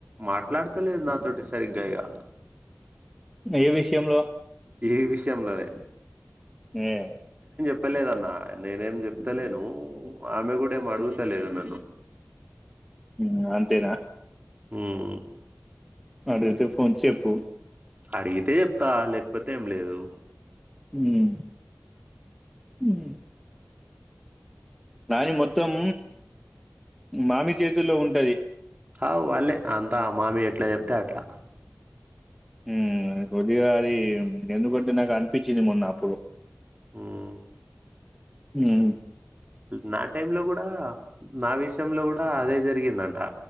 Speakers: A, on the right; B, in the centre.
A: మాట్లాడతలేదు. నాతోటి సరిగ్గా ఇగా
B: ఏ విషయంలో
A: ఈ విషయంలోనే
B: ఏ
A: చెప్పలేదన్న నేనేం చెప్తలేను ఆమె గూడా ఏమ్ అడుగుతలేదు నన్ను
B: మ్ అంతేనా
A: హ్మ్
B: అడుగుతే ఫోన్ చెప్పు
A: అడిగితే చెప్తా లేకపోతే ఏం లేదు.
B: హ్మ్ హ్మ్ దాని మొత్తం మామి చేతుల్లో ఉంటది.
A: అవ్ వాళ్లేే అంతా ఆ మామి ఎట్లా చెప్తే అట్లా
B: ఉమ్ కొద్దిగా అది ఎందుకంటే నాకు అనిపిచ్చింది. మొన్న అప్పుడు
A: ఉమ్
B: ఉమ్
A: నా టైమ్ లో గూడా నా విషయంలో గూడా ఆ అదే జరిగిందంటా